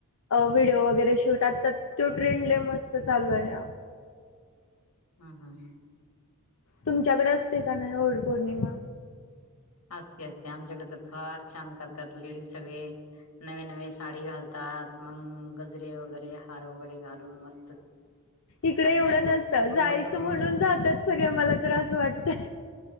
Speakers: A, on the left; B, on the left.
A: व्हिडिओ वगैरे शूट आ तर तो ट्रेंड मस्त चालू आहे
B: हम् हम हम
A: तुमच्याकडे असते का नाही वट पौर्णिमा
B: असते असते आमच्याकडे तर फार छान करतात लेडीज सगळे नवे नवे साडी घालतात मग गजरे वगैरे हार वगैरे घालून मस्त
A: इडे
B: छान
A: एवढं
B: तयार होऊन
A: नसत जायच
B: मग वटपौर्णिमेला
A: म्हणून जात्यात सगळे मला त्रास वाटते